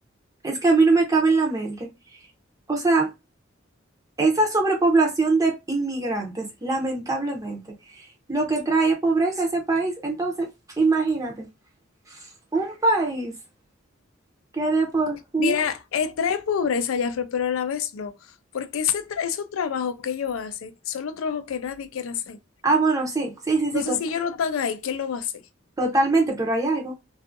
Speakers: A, on the right; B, on the left.
A: Es que a mí no me cabe en la mente. O sea, Esa sobrepoblación de inmigrantes, lamentablemente, lo que trae es pobreza a ese país. Entonces, imagínate, un país que de por sí...
B: Mira, eh, trae pobreza, Jafre, pero a la vez no, porque ese tra- esos trabajos que ellos hacen son los trabajos que nadie quiere hacer.
A: Ah, bueno, sí, sí, sí, sí,
B: Entonces,
A: to-
B: si ellos no están ahí, ¿quién lo va a hacer?
A: totalmente, pero hay algo.